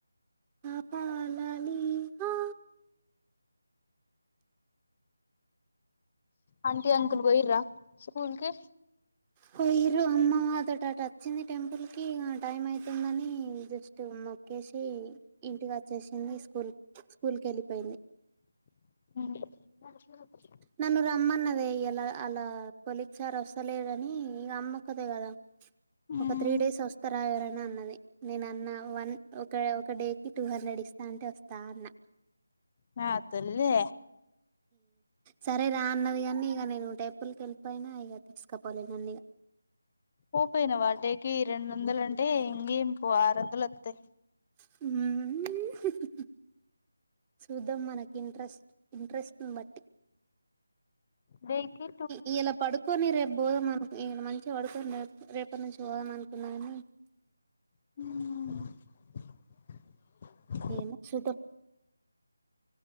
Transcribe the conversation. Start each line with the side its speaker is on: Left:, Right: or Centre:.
Right: పాపా లాలీ హ
Left: ఆంటీ అంకుల్ పోయిర స్కూల్ కి
Right: పోయిర్రు అమ్మ అటు మాతోటి వచ్చింది టెంపుల్ కి టైం అవుతుందని జస్ట్ ఉ మొక్కేసి ఇంటికి వచ్చేసింది స్కూల్ స్కూల్ కి వెళ్ళిపోయింది
Left: ఉ
Right: నన్ను రమ్మన్నదే ఇలా అలా కొలీగ్ సార్ వస్తలేడని ఇగ అమ్మ ఒక్కతే కదా
Left: ఉమ్
Right: ఒక త్రీ డేస్ వస్తారా ఎవరైనా అన్నది నేన అన్న వన్ ఒక ఒక డేకి టూ హండ్రెడ్ ఇస్తా అంటే వస్తా అన్న
Left: నా తల్లే
Right: సరే రా అన్నది కానీ ఇక నేను టేపుల్కి వెళ్ళిపోయినా ఇగ తీసుకపోలే నన్ను ఇగ
Left: పోపోయివ్ డే కి రెండు వందలు అంటే ఇంకేం పో ఆరు వందలు వస్తాయి
Right: ఉహు చూద్దాం మనకి ఇంట్రెస్ట్ ఇంట్రెస్ట్ నీ బట్టి
Left: దేనికి
Right: ఇయాలా పడుకొని రేపు పోదామ అనుకో ఇ మంచిగా పడుకొని రే రేపటి నుంచి పోదాం అనుకున్నా గాని
Left: ఉ
Right: ఏమో చూద్దాం